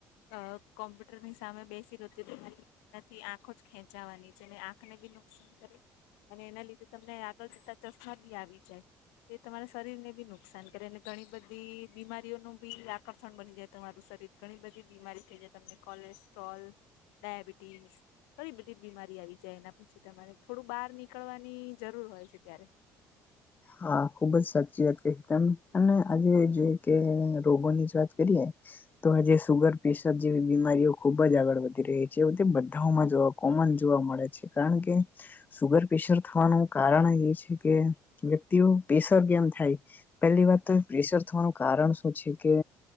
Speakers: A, on the left; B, on the left.
A: અ કોમ્પ્યુટર ની સામે બેસી રહેતી તરી નથી આંખો જ ખેંચાવાની છેને આંખને બી નુકસાન કરે. અને એના લીધે તમને આગળ જતા ચસ્ બી આવી જાય. તે તમારા શરીર ને બી નુકસાન કરે અને ઘણી બધી બીમારીઓનું બી આકર્ષણ બની જાય તમારું શરીર. ઘણી બધી બીમારી થઈ જાય તમને કોલેસ્ટ્રોલ ડાયાબિટીસ. ઘળી બધી જ બીમારી આવી જાય એના પછી તમારે થોડું બહાર નીકળવાની જરૂર હોય છે ત્યારે.
B: હા ખુબ જ સાચી વાત કહી તમે અને આજે જોઈ કે રોગોની જ વાત કરીએ. તો આજે સુગર પ્રેશર જેવી બીમારીઓ ખુબ જ આગળ વધી રહી છે તે બધામાં જોવા. કોમન જોવા મળે છે કારણ કે સુગર પ્રેશર થવાનું કારણ એ છે કે. વ્યક્તિઓ પ્રેશર કેમ થાય પેલી વાત તો પ્રેશર થવાનું કારણ શું છે કે.